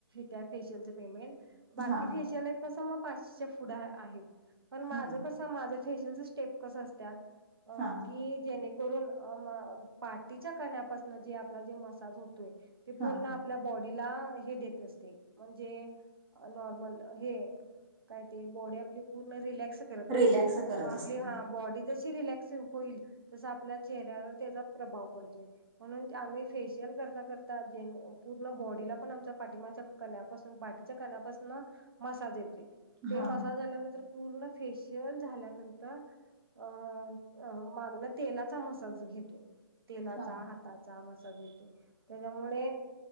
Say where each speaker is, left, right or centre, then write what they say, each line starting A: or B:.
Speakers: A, on the right (about 65°); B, on the right (about 15°).
A: त्या फेशियलचं पेमेंट! बाकी
B: हा
A: फेशियल आहेत कस मग पाचशेच्या पुुढ आहेत पण माझं
B: हा
A: कस, तर माझ फेशियलच स्टेप कस असतात
B: हा
A: की जे, करून अ म पाठीच्या जे कण्यापासन जे आपला जे मसाज होतोय ते पूर्ण.
B: हा
A: आपल्या बॉडीला हे देत असते म्हणजे! नॉर्मल हे काय ते बॉडी आपली पूर्ण रिलॅक्स, करत असते
B: रिलॅक्स करत
A: म हा आपली
B: असतील हा
A: बॉडी जशी रिलॅक्स होईल तसं आपल्या चेहऱ्यावर त्याचा? प्रभाव पडतो, म्हणून ते आम्ही फेशियल करता करता जे पूर्ण बॉडीला पण आमच्या पाठिमाचा, कण्यापासून पाटीच्या कण्यापासून मसाज येते. ते
B: हा
A: मसाज झाल्यानंतर पूर्ण फेशियल झाल्यानंतर अ! अ मागण तेलाचा मसाज घेतोय तेलाचा
B: हा
A: हात! पायाचा मसाज येतो त्याच्यामुळे